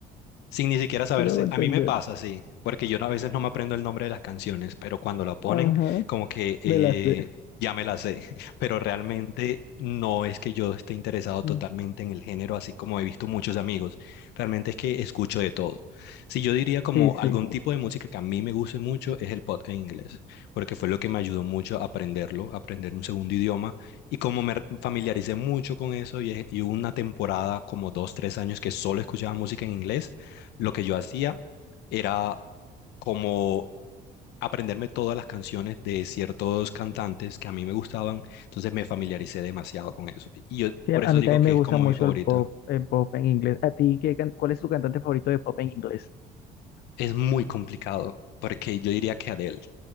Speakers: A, on the left; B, on the left.
A: sin ni siquiera saberse.
B: Sí me hago entender.
A: A mí me pasa, sí, porque yo no- a veces no me aprendo el nombre de las canciones, pero cuando la ponen,
B: Ajá,
A: como que eh,
B: me la sé.
A: ya me la sé, <laughs> pero realmente no es que yo esté interesado
B: Mm,
A: totalmente en el género, así como he visto muchos amigos. Realmente es que escucho de todo. Si yo diría como
B: Sí, sí.
A: algún tipo de música que a mí me guste mucho es el pop en inglés, porque fue lo que me ayudó mucho a aprenderlo, a aprender un segundo idioma. Y como me familiaricé mucho con eso y, y hubo una temporada como dos, tres años que solo escuchaba música en inglés, lo que yo hacía era como aprenderme todas las canciones de ciertos cantantes que a mí me gustaban, entonces me familiaricé demasiado con eso. Y yo
B: Sí,
A: por
B: a
A: eso
B: a mí
A: digo
B: también
A: que
B: me
A: es
B: gusta
A: como
B: mucho
A: mi favorito.
B: el pop, el pop en inglés. ¿A ti qué, can- cuál es tu cantante favorito de pop en inglés?
A: Es muy complicado, porque yo diría que Adele.